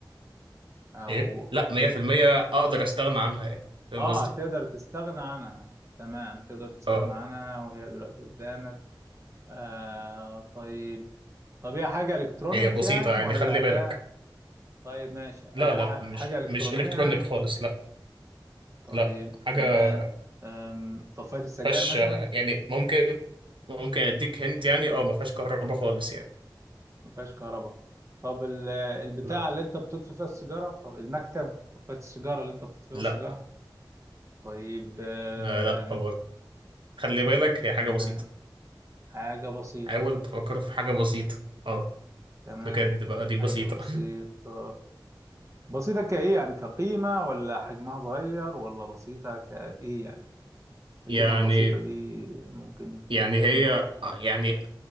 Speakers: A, on the right (about 35°); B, on the right (about 80°).
A: او
B: ايه لا 100%
A: لا
B: اقدر استغنى عنها يعني فاهم
A: اه
B: قصدي؟
A: تقدر تستغنى عنها تمام تقدر تستغنى
B: اه
A: عنها وهي دلوقتي قدامك آه طيب طب هي حاجة إلكترونيك
B: هي بسيطة
A: يعني
B: يعني
A: ولا
B: خلي
A: أداة
B: بالك
A: طيب ماشي أداة
B: لا لا
A: ح-
B: مش
A: حاجة إلكترونية
B: مش الكترونيك خالص لا
A: طيب
B: لا حاجة
A: تمام أم، طفاية السجاير
B: ما فيهاش
A: مثلا
B: آه، يعني ممكن ممكن اديك هنت يعني اه ما فيهاش كهرباء خالص يعني
A: ما فيهاش كهرباء طب ال- البتاع
B: لا
A: اللي انت بتطفي فيها السيجاره طب المكتب قبايه السيجاره اللي انت بتطفي فيها
B: لا
A: السيجاره طيب آه،
B: آه، لا طبعا خلي بالك هي حاجة
A: آه،
B: بسيطة
A: حاجه بسيطه
B: حاول تفكر في حاجة بسيطة اه
A: تمام
B: بجد بقى دي بسيطة
A: حاجه بسيطه
B: <laughs>
A: بسيطه كايه يعني كقيمه ولا حجمها صغير ولا بسيطه كايه يعني
B: يعني
A: كلمه بسيطه دي ممكن
B: يعني
A: تتفهم
B: هي يعني